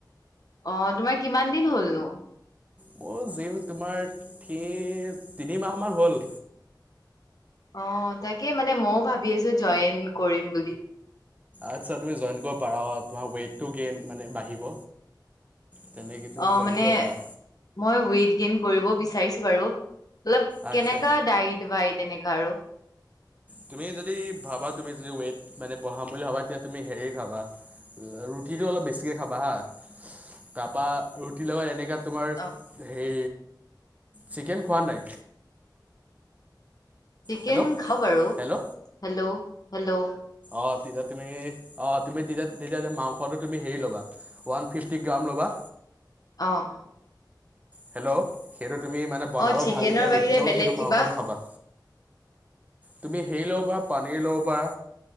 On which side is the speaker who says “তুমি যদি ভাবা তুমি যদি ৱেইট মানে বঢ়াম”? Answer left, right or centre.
Right